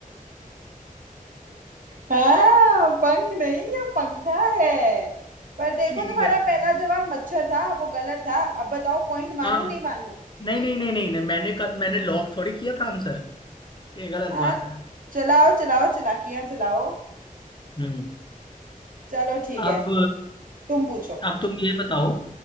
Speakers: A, on the right; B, on the left.
A: हाँ पंख नहीं ये पंखा है पर देखो
B: ठीक
A: तुम्हारा
B: है ठीक
A: पहला
B: है
A: जवाब मच्छर था वो गलत था अब बताओ पॉइंट मानू
B: हाँ हाँ।
A: नहीं मानू
B: नहीं नहीं नहीं नहीं नहीं मैंने कल मैंने लॉक थोड़ी किया था आंसर ये गलत
A: हाँ
B: बात है
A: चलाओ चलाओ चलाकियां चलाओ
B: हम्म
A: चलो ठीक है
B: अब
A: तुम पूछो
B: अब तुम ये बताओ